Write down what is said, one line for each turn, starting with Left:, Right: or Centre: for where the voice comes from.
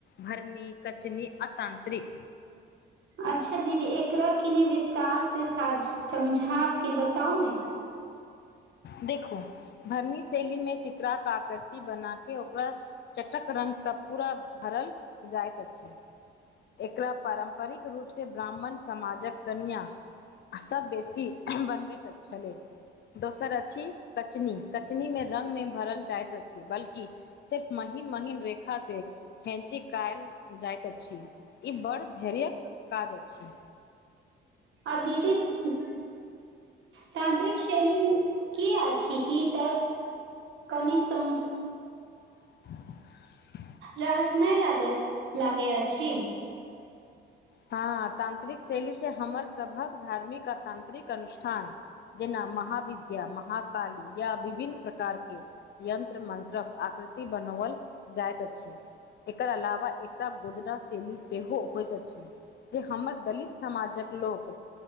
Left: भरनी, कचनी, आ तांत्रिक।
Right: अच्छा दीदी! एकरा केनि विस्तार सेझ, समझाके बताउ ने।
Left: देखो भरनी शैली मे, चित्रा काकृति बना के ओकरा चटक रंगग सब पूरा भरल जाइत अछि। एकरा पारम्परिक रूपसँ ब्राह्मण समाजक कनिआँ सब बेसी बनबे तऽ छले। दोसर अछि कचनी, कचनी मे रंग मे भरल जाइत अछि, बल्कि सिर्फ महीन महीन रेखाँ हैँची कयल जाइत अछि। ई बड़ धैर्य काज अछि।
Right: आ दीदी! ऊह तानंत्रिक शैली की अछि? ई तऽ कनि सम
Left: <inaudible>
Right: रहसमय लाग लागै अछि।
Left: हँ तांतत्रिक शैली से, हमर सभक धार्मिक आ तानंतत्रिक अनुष्ठान जेना महाविद्या, मह काली, या विभिन्न प्रकारके यंत्र -मंत्रक आकृति बनाओल जाइत अछि। एकर अलावा, एकटा गोदना शैेली सेहो होइत अछि। जे हमर दलित समाजक लोक